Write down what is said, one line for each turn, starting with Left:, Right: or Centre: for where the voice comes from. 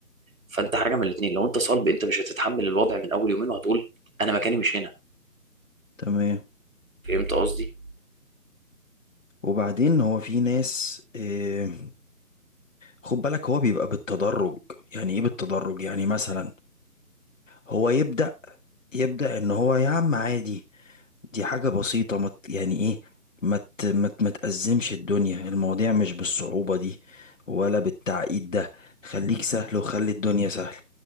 Right: فانت حاجة من الاتنين لو انت صلب انت مش هتتحمل الوضع من اول يومين وهتقول انا مكاني مش هنا
Left: تمام
Right: فهمت قصدي
Left: وبعدين هو في ناس اه خد بالك هو بيبقى بالتدرج يعني ايه بالتدرج يعني مثلا هو يبدأ يبدأ ان هو يا عم عادي دي حاجة بسيطة مت يعني ايه ما مت مت متأزمش الدنيا المواضيع مش بالصعوبة دي ولا بالتعقيد ده خليك سهل وخلي الدنيا سهلة